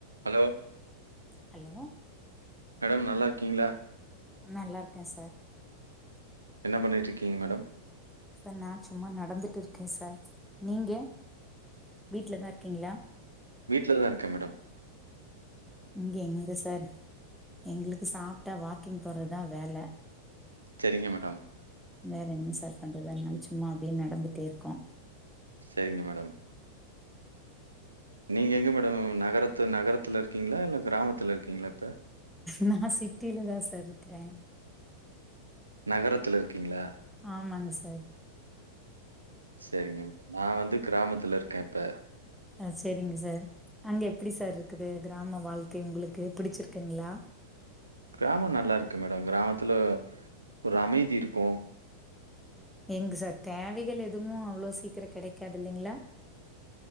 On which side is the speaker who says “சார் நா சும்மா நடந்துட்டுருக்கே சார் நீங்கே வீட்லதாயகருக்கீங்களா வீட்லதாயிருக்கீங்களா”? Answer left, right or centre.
Centre